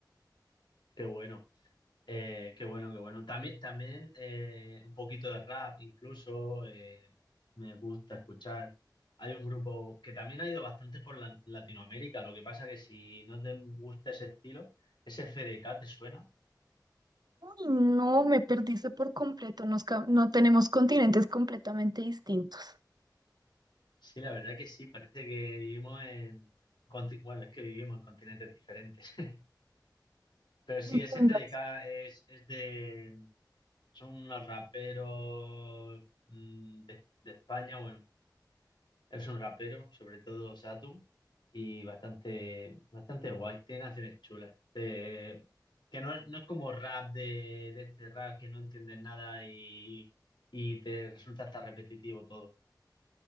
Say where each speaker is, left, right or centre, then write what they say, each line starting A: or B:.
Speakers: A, on the left (about 85°); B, on the right (about 60°).
A: qué bueno. Eh, qué bueno, qué bueno. También, también eh, un poquito de rap, incluso eh, me gusta escuchar. Hay un grupo que también ha ido bastante por la- Latinoamérica. Lo que pasa que si no te gusta ese estilo, ese FDK te suena.
B: Uy, no, me perdiste por completo. Nos, ca- no tenemos continentes completamente distintos.
A: Sí, la verdad que sí. Parece que vivimos en, conti- bueno, es que vivimos en continentes diferentes. <laughs> Pero sí,
B: Entiendo.
A: ese FDK es, es de, son unos raperos mm, de, de España. Bueno, Es un rapero, sobre todo Satu, y bastante, bastante guay. Tiene canciones chulas. Eh, que no es, no es como rap de, de este rap que no entiendes nada y, y te resulta hasta repetitivo todo.